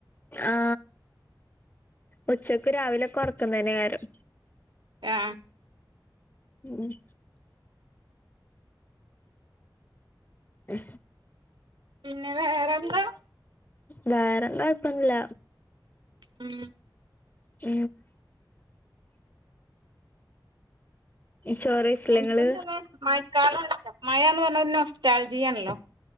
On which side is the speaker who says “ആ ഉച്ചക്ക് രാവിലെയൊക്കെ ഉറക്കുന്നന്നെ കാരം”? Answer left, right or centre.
Left